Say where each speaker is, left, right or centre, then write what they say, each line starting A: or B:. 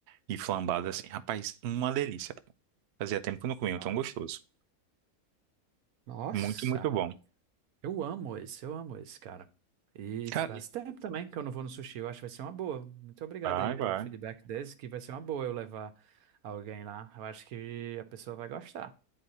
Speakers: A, on the right; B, on the right.
A: E flambado assim, rapaz, uma delícia. Fazia tempo que eu não comia, um
B: Não.
A: tão gostoso.
B: Nossa!
A: Muito, muito bom.
B: Eu amo esse, eu amo esse, cara. E
A: Cara,
B: faz
A: E-
B: tempo também que eu não vou no sushi. Eu acho que vai ser uma boa. Muito obrigado
A: vai,
B: aí pelo
A: vai,
B: feedback desse, que vai ser uma boa eu levar alguém lá. Eu acho que a pessoa vai gostar.